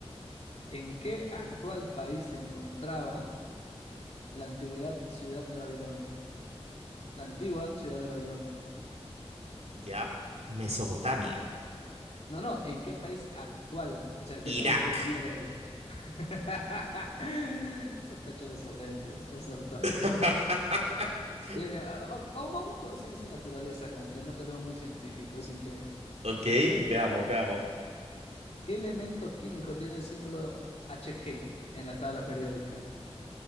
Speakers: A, on the left; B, on the right.
A: ¿En qué actual país se encontraba la antigüedad ciudad de Babilonia? La antigua ciudad de Babilonia.
B: ¿Ya? Mesopotamia.
A: No, no, ¿en qué país actual? O sea, ¿qué
B: Irak.
A: país del día de hoy? <laughs> Sospecho de esos lentes, acertaste.
B: <laughs>
A: Bien, bien, ah, va- vamos, vamos con ciencia y naturaleza, como que no te veo muy científico, así que...
B: Ok, veamos, veamos.
A: ¿Qué elemento químico tiene el símbolo Hg en la tabla periódica?